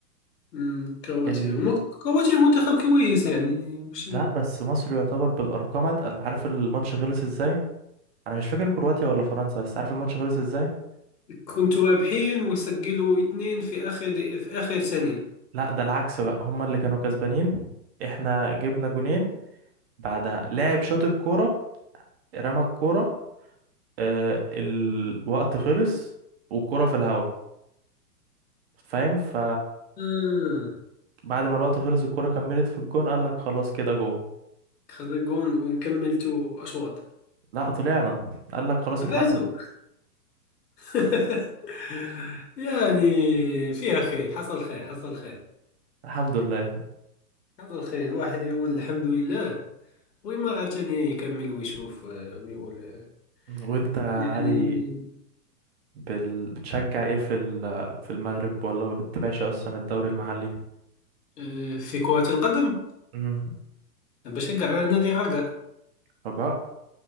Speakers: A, on the left (about 75°); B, on the right (about 40°).
A: مم، كرواتيا
B: ال...
A: هما كرواتيا منتخب كويس يعني مش
B: لا بس مصر يعتبر بالارقام اتقل عارف الماتش خلص ازاي انا مش فاكر كرواتيا ولا فرنسا بس عارف الماتش خلص ازاي
A: كنتوا رابحين وسجلوا اثنين في اخر دقيقة في اخر ثانية
B: لا ده العكس بقى هما اللي كانوا كسبانين احنا جبنا جونين بعدها لاعب شاط الكوره رمى الكوره آه، الوقت خلص والكرة في الهوا فاهم ف
A: آه
B: بعد ما الوقت خلص الكرة كملت في الجون قال لك خلاص كده جون
A: خذ جون وكملتوا اشواط
B: لا طلعنا قال لك خلاص
A: طلعتوا
B: اتحسب
A: <laughs> يعني فيها خير حصل خير حصل خير
B: الحمد لله
A: حصل خير الواحد يقول الحمد لله ومرة ثانية يكمل ويشوف آه، ويقول آه،
B: وانت يا
A: يعني
B: علي بال... بتشجع ايه في ال... في المغرب ولا ما بتتابعش اصلا الدوري المحلي
A: آه، في كرة القدم
B: امم
A: بشجع نادي الرجاء
B: رجاء